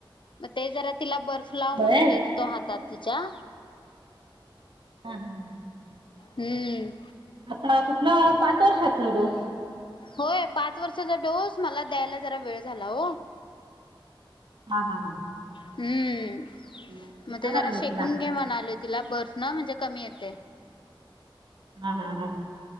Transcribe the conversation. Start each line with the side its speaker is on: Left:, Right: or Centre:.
Left: म ते जरा तिला बर्फ फ्लाव
Right: होय
Left: म्हणून
Right: हा
Left: देत होतो हातात तिच्या.
Right: हा हा हा.
Left: हम्म.
Right: आता कुठल पाच वर्षातलं डोस.
Left: होय पाच वर्षाचा डोस मला द्यायला जरा वेळ झाला हो.
Right: हा हा हा.
Left: हम्म,
Right: दुखाय
Left: मग ते
Right: लागलय
Left: जरा शेकून
Right: तिला
Left: घे म्हणालो तिला बर्फ न म्हणजे कमी येते.
Right: हा हा हा.